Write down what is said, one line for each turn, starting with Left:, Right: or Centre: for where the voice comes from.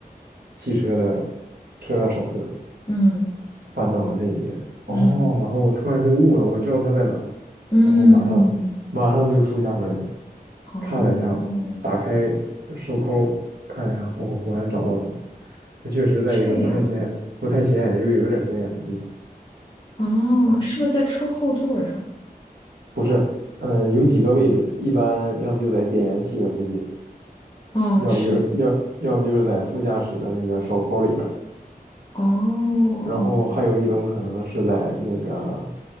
Right: 汽车的车辆手册，
Left: 嗯
Right: 翻到了那一页。哦，
Left: 嗯
Right: 然后我突然就悟了，我知道它在哪儿，
Left: 嗯，
Right: 然后马上马上就出家门儿，
Left: 哦，
Right: 看了一下，打开手抠看了一下，哦，果然找到它了。它确实在一个不太显不太显眼又有点显眼的地方。
Left: 这样，哦，是不是在车后座儿上？
Right: 不是，嗯、有几个位置，一般要不就在点烟器的附近，
Left: 哦，
Right: 要不就是要要不就是在副驾驶的那个手扣里边儿，
Left: 是，哦，
Right: 然后还有一种可能是在那个